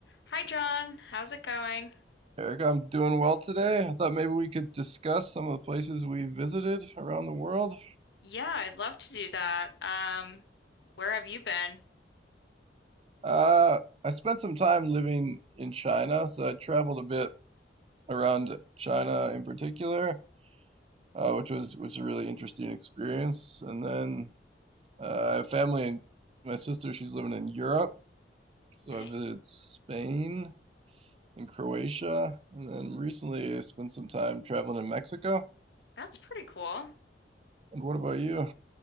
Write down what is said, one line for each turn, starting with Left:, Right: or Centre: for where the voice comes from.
Left: Hi John, how's it going?
Right: Eric, I'm doing well today. I thought maybe we could discuss some of the places we visited around the world.
Left: Yeah, I'd love to do that. Um, where have you been?
Right: Uh, I spent some time living in China, so I traveled a bit around China in particular, uh, which was which was a really interesting experience. And then uh, I have family and my sister, she's living in Europe, so
Left: Nice.
Right: I visited Spain and Croatia, and then recently I spent some time traveling in Mexico.
Left: That's pretty cool.
Right: And what about you?